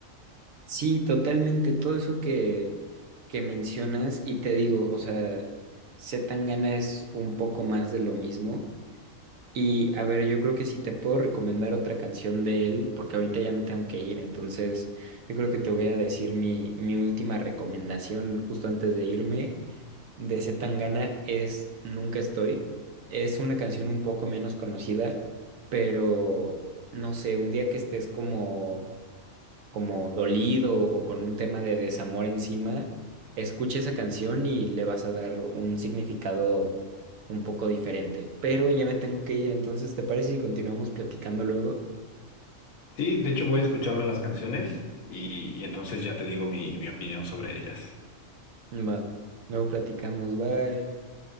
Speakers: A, on the right (about 75°); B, on the left (about 75°).
A: Sí, totalmente, todo eso que, que mencionas y te digo, o sea, C. Tangana es un poco más de lo mismo Y a ver, yo creo que si te puedo recomendar otra canción de él, porque ahorita ya me tengo que ir, entonces yo creo que te voy a decir mi, mi última recomendación justo antes de irme de C. Tangana es Nunca Estoy. Es una canción un poco menos conocida, pero no sé, un día que estés como como dolido o con un tema de desamor encima, escucha esa canción y le vas a dar un significado un poco diferente. Pero ya me tengo que ir, entonces, ¿te parece si continuamos platicando luego?
B: Sí, de hecho voy a escucharme las canciones y, y entonces ya te digo mi mi opinión sobre ellas.
A: Va, luego platicamos, bye.